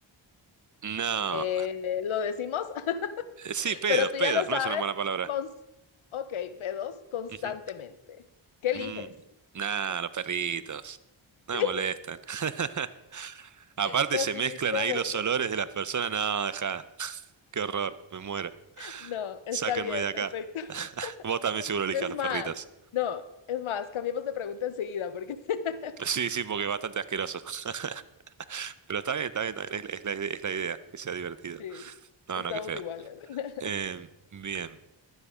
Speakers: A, on the right; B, on the left.
A: No.
B: eh, lo decimos, <laughs>
A: Sí, pedos,
B: pero tú
A: pedos,
B: ya lo sabes,
A: no es una mala palabra.
B: cons- ok, pedos constantemente.
A: Ujú.
B: ¿Qué
A: Mm.
B: eliges? <laughs>
A: Nah, los perritos. No
B: Sí,
A: me molestan. <laughs> Aparte
B: definitivamente.
A: se mezclan ahí los olores de las personas. No, deja. <laughs> Qué horror, me muero.
B: No, está
A: Sáquenme
B: bien,
A: de acá.
B: perfecto. <laughs>
A: <laughs> Vos también seguro elijas
B: Es
A: los
B: más,
A: perritos.
B: no, es más, cambiemos de pregunta enseguida porque <laughs>
A: Sí, sí, porque es bastante asqueroso. <laughs> Pero está bien, está bien, está bien. Es la, es la ide- es la idea, que sea divertido.
B: sí,
A: No,
B: estamos
A: no, qué feo.
B: iguales. <laughs>
A: Eh, bien,